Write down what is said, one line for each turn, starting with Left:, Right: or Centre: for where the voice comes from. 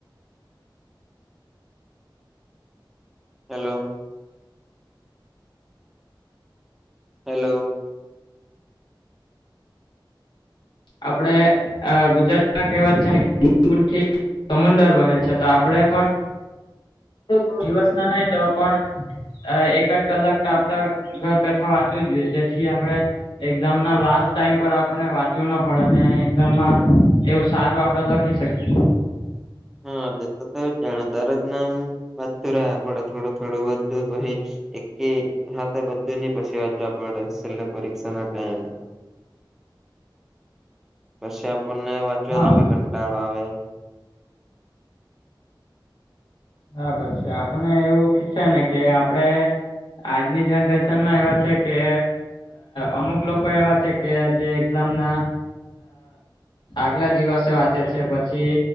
Centre: હેલો હેલો
Left: આપડે ગુજરાતમાં કવાત છે, ને <inaudible> સમુંદર બને છે, તો આપણે પણો દિવસ ના નહી તો પણ એકાદ કલાક તો આપડે ઘર બેઠા વાંચવું જ જોઈએ, જેથી આપડે એક્ઝામ ના લાસ્ટ ટાઈમ પર આપને વાત ચૂ ન પડે ને એઝામમાં એવું સારું આપડે લખી શકીએ.
Centre: હા, તે તો જ જાણે દર નામ વાતતું રહ પડે થોડું થોડું બધું પાઈ એક હા તો બધુંની પછી વાંચવા પડે, છેલ્ પરીક્ષા ના ટાઈમ પછી આપણને વાંચવાનો
Left: હા
Centre: ભી કંટાળો આવે.
Left: બરાબર છે આપને એવું છે ને કે આપડે, આજની જનરેશન માં એવા છે કે, અમુક લોકો એવા છે, કે જે એક્ઝામ ના આગલા દિવસે વાંચે છે પછી